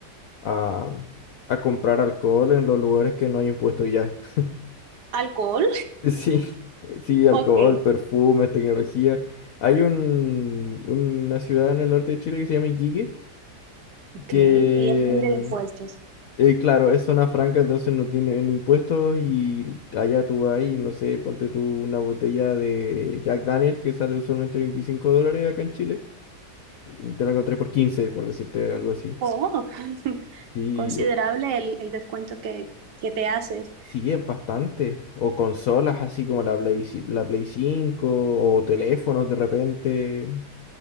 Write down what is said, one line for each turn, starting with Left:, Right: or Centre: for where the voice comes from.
Left: a, a comprar alcohol en los lugares que no hay impuesto ya. <laughs>
Right: Alcohol.
Left: Sí, sí, alcohol,
Right: Ok,
Left: perfumes, tecnología. Hay un, una ciudad en el norte de Chile que se llama Iquique,
Right: ok,
Left: que
Right: y es libre de impuestos.
Left: Eh, claro, es zona franca, entonces no tienen impuestos y allá tú vas y no sé, ponte tú una botella de Jack Daniel que sale usualmente 25 dólares acá en Chile. y Te la encontré por quince por decirte algo así.
Right: Oh, <laughs>
Left: Sí,
Right: considerable
Left: o-
Right: el, el descuento que, que te haces.
Left: sí, es bastante. O consolas así como la Play, ci- la Play 5 o teléfonos de repente.